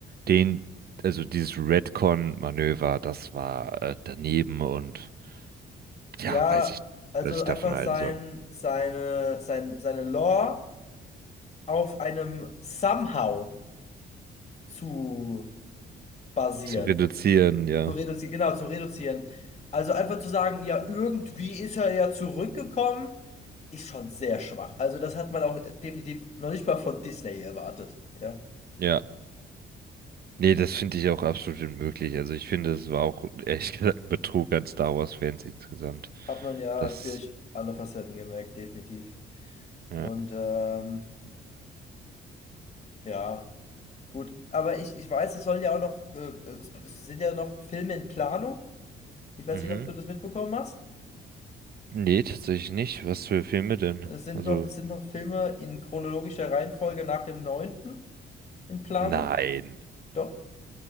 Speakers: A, on the right (about 50°); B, on the left (about 35°).
A: den, also dieses Redcon-Manöver, das war äh, daneben und ja,
B: Ja,
A: weiß ich,
B: also
A: was ich
B: einfach
A: davon halten
B: sein,
A: soll.
B: seine, sein, seine Lore auf einem Somehow zu basieren.
A: Zu reduzieren, ja.
B: Zu reduzieren, genau, zu reduzieren. Also einfach zu sagen, ja, irgendwie ist er ja zurückgekommen, ist schon sehr schwach. Also das hat man auch definitiv noch nicht mal von Disney erwartet. Ja,
A: Ja. Nee, das finde ich auch absolut unmöglich. Also ich finde, es war auch <laughs> ehrlich gesagt ein Betrug an Star Wars-Fans insgesamt.
B: hat man ja
A: Das,
B: durch alle Facetten gemerkt, definitiv.
A: ja.
B: Und ähm, ja, gut. Aber ich, ich weiß, es sollen ja auch noch, äh, es, es sind ja noch Filme in Planung. Ich weiß
A: Mhm.
B: nicht, ob du das mitbekommen hast.
A: Nee, tatsächlich nicht. Was für Filme denn?
B: Es sind
A: Also,
B: noch, es sind noch Filme in chronologischer Reihenfolge nach dem neunten in Planung.
A: nein.
B: Doch,